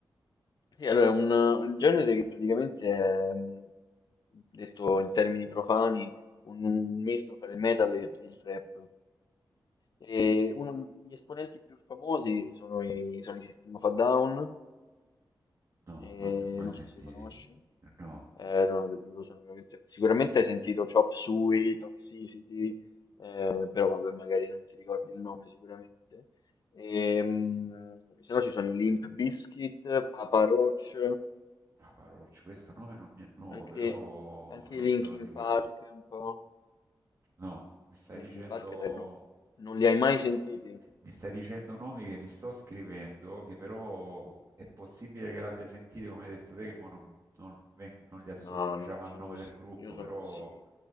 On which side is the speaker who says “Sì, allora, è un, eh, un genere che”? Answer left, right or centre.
Left